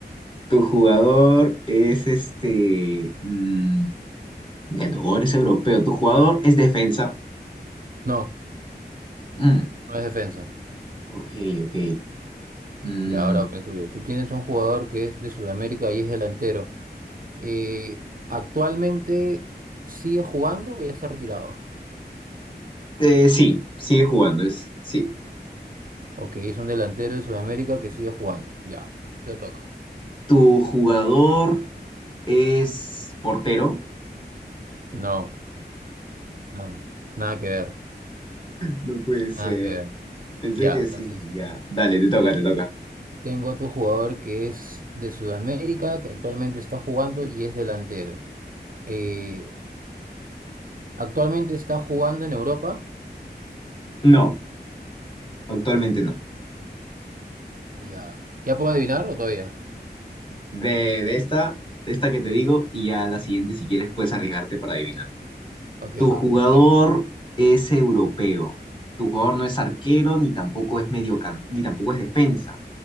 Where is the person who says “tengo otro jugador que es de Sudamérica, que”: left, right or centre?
Right